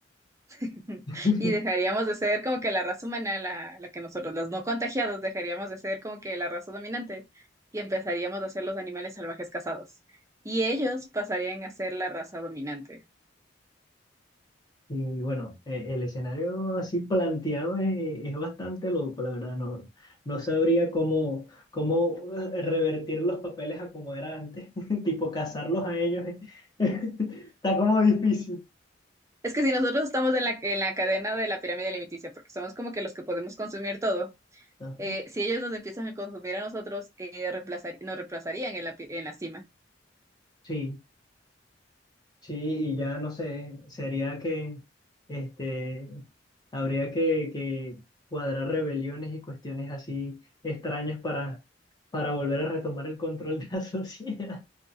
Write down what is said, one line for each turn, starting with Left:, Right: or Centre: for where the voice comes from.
Right: <laughs>
Left: <laughs>
Right: Y dejaríamos de ser como que la raza humana, la, la que nosotros, los no contagiados, dejaríamos de ser como que la raza dominante y empezaríamos a ser los animales salvajes cazados. Y ellos pasarían a ser la raza dominante.
Left: Y bueno, eh, el escenario así planteado es, es bastante loco, la verdad. No, no sabría cómo, cómo eh, revertir los papeles a como era antes, <laughs> tipo casarlos a ellos. eh. <laughs> Está como difícil.
Right: Es que si nosotros estamos en la, en la cadena de la pirámide alimenticia, porque somos como que los que podemos consumir todo,
Left: Ajá.
Right: eh, si ellos nos empiezan a consumir a nosotros, eh, reemplazar- nos reemplazarían en la, pi- en la cima.
Left: Sí, sí, y ya no sé, sería que este, habría que, que cuadrar rebeliones y cuestiones así extrañas para, para volver a retomar el control de la <laughs> sociedad.